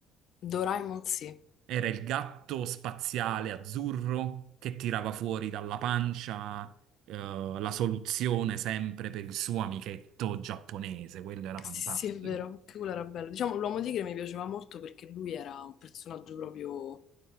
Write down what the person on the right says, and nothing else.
Era il gatto spaziale azzurro che tirava fuori dalla pancia, eh, la soluzione sempre per il suo amichetto giapponese. Quello era
fantastico.